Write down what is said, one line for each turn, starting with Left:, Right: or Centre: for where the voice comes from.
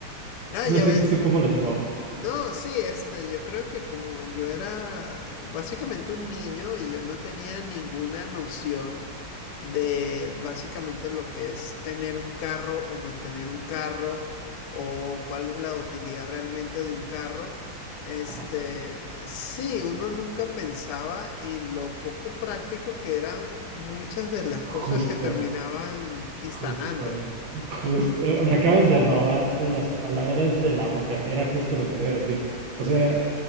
Left: No,
Right: no
Left: ya
Right: sé
Left: ves,
Right: tú cómo lo tomabas. Ah,
Left: No, sí, este, yo creo que como yo era básicamente un niño y yo no tenía ninguna noción de básicamente lo que es tener un carro o mantener un carro o cuál es la utilidad realmente de un carro, este,
Right: ajá,
Left: sí, uno nunca pensaba en lo poco práctico que eran muchas de las cosas
Right: justo.
Left: que terminaban instalando.
Right: Justo, justo, me acabas de robar las palabras de la boca, era justo lo que te iba a decir. O sea, eh,